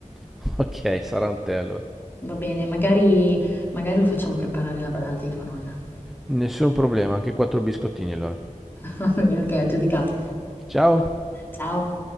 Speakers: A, in the centre; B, on the left.
A: <laughs> Ok, sarà un tè allora.
B: va bene? Magari magari lo facciamo preparare la badante di tua nonna. <laughs>
A: Nessun problema, anche quattro biscottini allora.
B: Va bene, okay, aggiudicato.
A: Ciao.
B: Ciao.